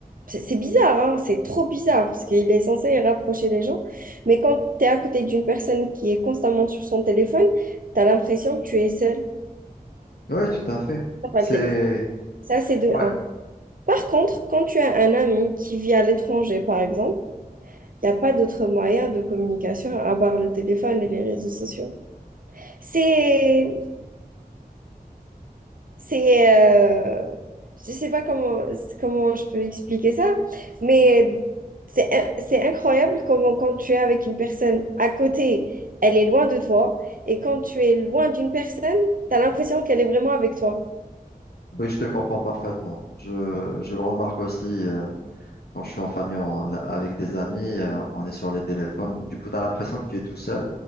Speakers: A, on the right (about 60°); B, on the left (about 90°).
A: C'est c'est bizarre, hein, c'est trop bizarre, parce qu'il est censé rapprocher les gens. Mais quand tu es à côté d'une personne qui est constamment sur son téléphone, tu as l'impression que tu es seul,
B: Oui, tout à fait.
A: t'as pas
B: C'est,
A: le téléphone. Ça, c'est de
B: ouais,
A: un. Par contre, quand tu as un ami qui vit à l'étranger, par exemple, il n'y a pas d'autre moyen de communication à part le téléphone et les réseaux sociaux. C'est C'est, euh, je sais pas comment, comment je peux expliquer ça, mais c'est, in- c'est incroyable comment quand tu es avec une personne à côté, elle est loin de toi, et quand tu es loin d'une personne, tu as l'impression qu'elle est vraiment avec toi.
B: oui, je te comprends parfaitement. Je, je le remarque aussi, euh, quand je suis en famille, on- avec des amis, euh, on est sur les téléphones. Du coup, tu as l'impression que tu es tout seul.